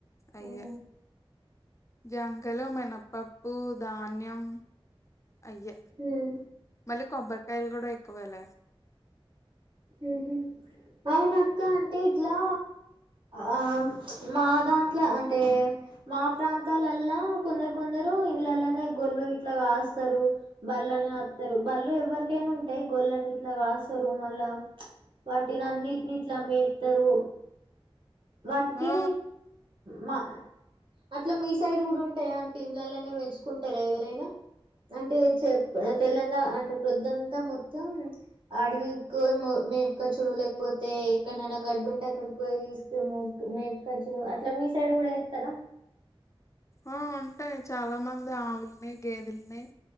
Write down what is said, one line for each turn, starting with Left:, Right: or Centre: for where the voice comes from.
Left: అయ్యె
Right: ఉమ్
Left: జామకాయలు మినపప్పు ధాన్యం అయ్యె
Right: ఉమ్
Left: మళ్ళీ కొబ్బరికాయలు కూడా ఎక్కువేలే
Right: ఉహు అవునక్క అంటే ఇట్లా ఆ మా దాంట్లో అంటే మా ప్రాంతాలల్ల కొందరు కొందరు ఇండ్లల్లానే గొర్లుగిట్ల కాస్తారు బర్లని కత్తారు బర్లు ఎవరికైనా ఉంటాయి గొర్లనిగిట్ల కాస్తారు మళ్ళా వాటినన్నింటినీట్లా మేపుతరు వాటికి
Left: ఆ
Right: మా అట్లా మీ సైడ్ కూడా ఉంటాయా అంటే ఇండ్లల్లానే పెంచుకుంటారా ఎవరైనా అంటే చె తెల్లందా అంటే ప్రొద్దంతా మొత్తం అడవికోయి మేప్క్కచూడు లేకపోతే ఎక్కడన్నా గడ్డి ఉంటే అక్కడి పోయ తీస్ మోప్ మేప్క్చుడు అట్లా మీ సైడ్ కూడా ఏత్తర
Left: ఆ ఉంటాయి చాలా మంది అవులున్నయి గేదేలున్నాయి